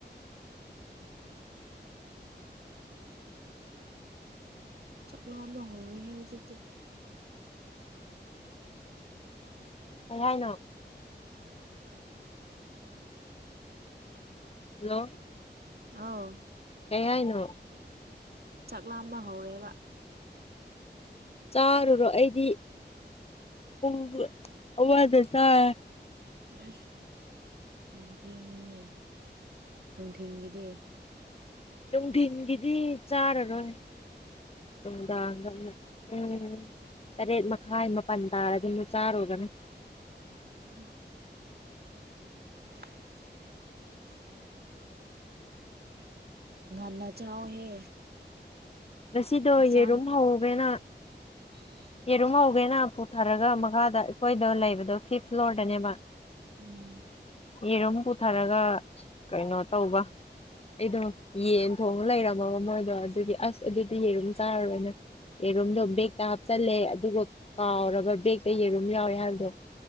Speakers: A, on the right; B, on the left.
A: ꯆꯥꯛꯂꯥꯝꯕ ꯍꯧꯔꯦꯍꯦ ꯍꯨꯖꯤꯛꯇꯤ
B: ꯀꯩꯍꯥꯏꯅꯣ
A: <unintelligible>
B: ꯍꯜꯂꯣ
A: ꯑꯣ
B: ꯀꯩ ꯍꯥꯏꯅꯣ
A: ꯆꯥꯛ ꯂꯥꯝꯕ ꯍꯧꯔꯦꯕ
B: ꯆꯥꯔꯨꯔꯣ ꯑꯩꯗꯤ ꯄꯨꯡ ꯑꯃꯗ ꯆꯥꯔꯦ
A: ꯑꯁ ꯌꯥꯝ ꯊꯦꯡꯉꯤꯍꯦ ꯅꯨꯡꯊꯤꯟꯒꯤꯗꯤ
B: ꯅꯨꯡꯊꯤꯟꯒꯤꯗꯤ ꯆꯥꯔꯔꯣꯏ ꯅꯨꯡꯗꯥꯡꯗ ꯑꯃꯨꯛ ꯄꯨꯡ ꯇꯔꯦꯠ ꯃꯈꯥꯏ ꯃꯥꯄꯟ ꯇꯥꯔꯗꯤ ꯑꯃꯨꯛ ꯆꯥꯔꯨꯔꯅꯤ
A: <unintelligible> <unintelligible> ꯉꯟꯅ ꯆꯥꯎꯍꯦ
B: ꯉꯁꯤꯗꯣ
A: ꯍꯛꯆꯥꯡ
B: ꯌꯦꯔꯨꯝ ꯍꯧꯒꯦꯅ
A: <unintelligible>
B: ꯌꯦꯔꯨꯝ ꯍꯧꯒꯦꯅ ꯄꯨꯊꯔꯒ ꯃꯈꯥꯗ ꯑꯩꯈꯣꯏꯗ ꯂꯩꯕꯗꯣ ꯐꯤꯐ ꯐ꯭ꯂꯣꯔꯗꯅꯦꯕ
A: ꯎꯝ
B: ꯌꯦꯔꯨꯝ ꯄꯨꯊꯔꯒ ꯀꯩꯅꯣ ꯇꯧꯕ ꯑꯩꯗꯣ ꯌꯦꯟ ꯊꯣꯡꯉ ꯂꯩꯔꯝ ꯂꯕ ꯃꯣꯏꯗꯣ ꯑꯗꯨꯒꯤ ꯑꯁ ꯑꯗꯨꯗꯤ ꯌꯦꯔꯨꯝ ꯆꯥꯔꯔꯣꯏꯅ ꯌꯦꯔꯨꯝꯗꯣ ꯕꯦꯛꯇ ꯍꯥꯞ ꯆꯜꯂꯦ ꯑꯗꯨꯒ ꯀꯥꯎꯔꯕ ꯕꯦꯛꯇ ꯌꯦꯔꯨꯝ ꯌꯥꯎꯔꯤ ꯍꯥꯏꯕꯗꯣ